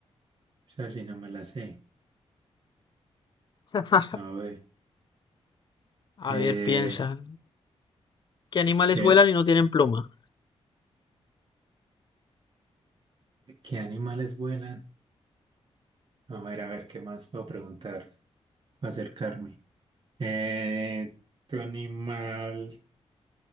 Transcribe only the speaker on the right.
O sea, si no me la sé.
A ver, eh,
¿qué,
qué animales vuelan? A ver, a ver, ¿qué más puedo preguntar? Acercarme. Eh, ¿tu animal?